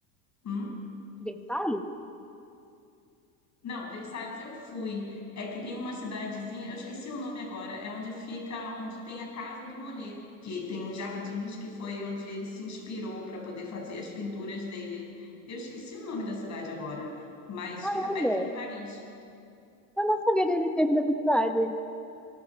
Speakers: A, on the left; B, in the centre.
A: Hum?
B: Versalhes?
A: Não, Versalhes eu fui. É que tem uma cidadezinha, eu esqueci o nome agora, é onde fica, onde tem a casa do Monet, que tem os jardins, que foi onde ele se inspirou para poder fazer as pinturas dele. Eu esqueci o nome da cidade agora, mas
B: Caramba!
A: fica perto de Paris.
B: Eu não sabia da existência dessa cidade.